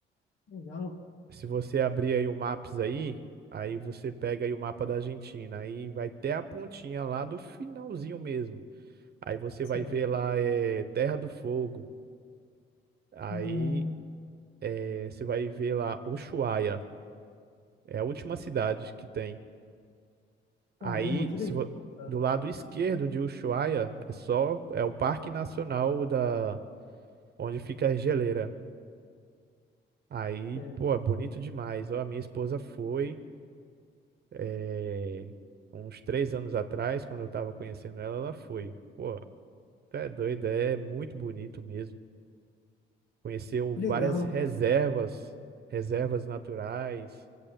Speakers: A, on the left (about 70°); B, on the right (about 55°).
A: Legal.
B: Se você abrir aí o Maps aí, aí você pega aí o mapa da Argentina, aí vai até a pontinha lá do finalzinho mesmo. Aí você
A: Sério.
B: vai ver lá é Terra do Fogo. Aí
A: Hum,
B: eh, você vai ver lá Ushuaia, é a última cidade que tem. Aí
A: caramba, que
B: se
A: legal,
B: vo-
A: cara.
B: do lado esquerdo de Ushuaia é só é o Parque Nacional da onde fica a geleira. Aí,
A: Sério.
B: pô, é bonito demais. Ó, a minha esposa foi eh, uns três anos atrás, quando eu tava conhecendo ela, ela foi. Pô, tu é doido, é muito bonito mesmo. Conheceu
A: Que
B: várias
A: legal,
B: reservas,
A: cara.
B: reservas naturais.